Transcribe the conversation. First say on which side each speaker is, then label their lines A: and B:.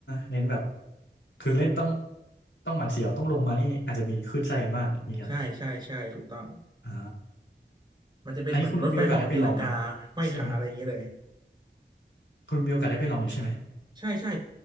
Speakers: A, on the left (about 85°); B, on the right (about 25°).
A: เน้นแบบคือเล่นต้องต้องหวาดเสียวต้องลงมานี่อาจจะมีคลื่นไส้กันบ้างเนี่ย
B: ใช่ใช่ใช่ถูกต้อง
A: อ่า
B: มันจะเป็นเหมือนรถไฟเหาะตีลังกาห้อยขาอะไรอย่างเงี้ยเลย
A: อันนี้คุณมีโอกาสได้ไปลองไหมใช่ไหมคุณมีโอกาสได้ไปลองอยู่ใช่ไหม
B: ใช่ใช่